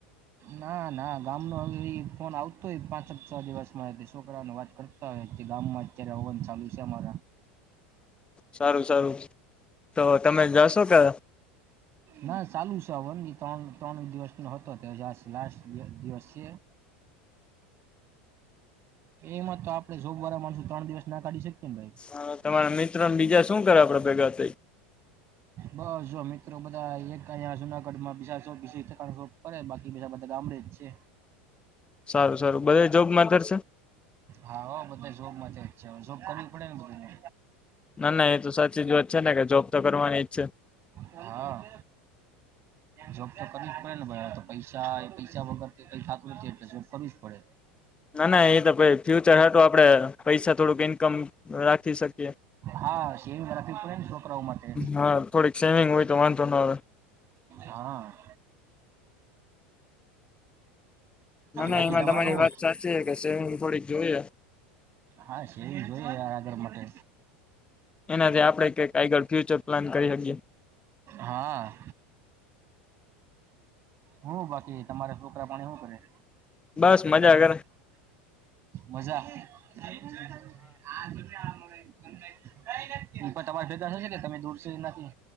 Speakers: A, on the right; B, on the left.
A: ના ના ગામ નો હવે ઈ ફોન આવતો હોય પાંચ-છ દિવસમાં તે છોકરાઓ ને વાત કરતા હોય કે ગામમાં અત્યારે હવન ચાલુ છે અમારા.
B: સારું-સારું તો તમે જાશો કે?
A: ના ચાલુ હવન બી ત્રણ-ત્રણ દિવસનો હતો. હજાર લાસ્ટ દિય દિવસ. એ એમાં તો આપણે જોબવાળા માણસો ત્રણ દિવસ ના કાઢી શકીએ. ને ભાઈ
B: હા, તમારા મિત્રને બીજા શું કરે આપડે ભેગા થઈ?
A: બસ જો મિત ટ્રો બધા એક જ આજના. <unintelligible> પડે બાકી બધા ગામડે જ છે.
B: સારું સારું બધા જોબમાં કરશે?
A: હા હો બધા જોબ માટે જ છે અવે જોબ કરવી પડે ને બને.
B: ના ના એ તો સાચી જ વાત છે ને કે, જોબ તો કરવાની જ છે.
A: હા જોબ તો કરવી જ પડે ને ભાઈ અવે તો પૈસા એ પૈસા વગર કઈ ખાતું નથી એટલે જોબ કરવી જ પડે.
B: ના ના એ તો ભાઈ ફ્યુચર હાતુ આપડે પૈસા થોડુંક ઈન્કમ રાખી શકીએ.
A: હા સેવિંગ રાખવી પડે ને છોકરાઓ માટે
B: હા! થોડીક સેવિંગ હોય તો વાંધો ન આવે.
A: હા.
B: ના ના
A: બાકી
B: એમાં
A: તમારે
B: તમારી
A: હું
B: વાત સાચી છે કે સેવિંગ થોડીક જોઈએ
A: હા સેવિંગ જોઈએ યાર આગળ માટે
B: એનાથી આપણે કઈક આગળ ફ્યુચર પ્લાન કરી હકીએ.
A: હા હું બાકી તમારે છોકરા પાણી હું કરે?
B: બસ મજા કરે
A: મજા. હમ. આજ આ મ <inaudible> ઉપર તમારા ભેદા થશે કે તમે દૂર છે એના થી